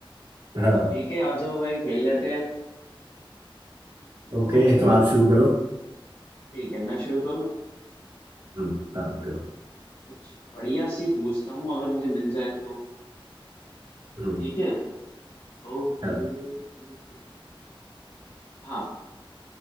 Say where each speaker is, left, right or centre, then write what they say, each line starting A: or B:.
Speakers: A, on the right; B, on the left.
A: हाँ
B: ठीक है आ जाओ भाई खेल लेते हैं
A: ओके
B: ओके
A: तो आप शुरू करो
B: ठीक है मैं शुरू करूँ
A: हम्म
B: ठीक
A: हाँ आप
B: है
A: करो
B: कुछ बढ़िया सी पूछता हूँ अगर मुझे मिल जाए तो
A: हम्म
B: ठीक है ओके
A: हाँ
B: ओके। हाँ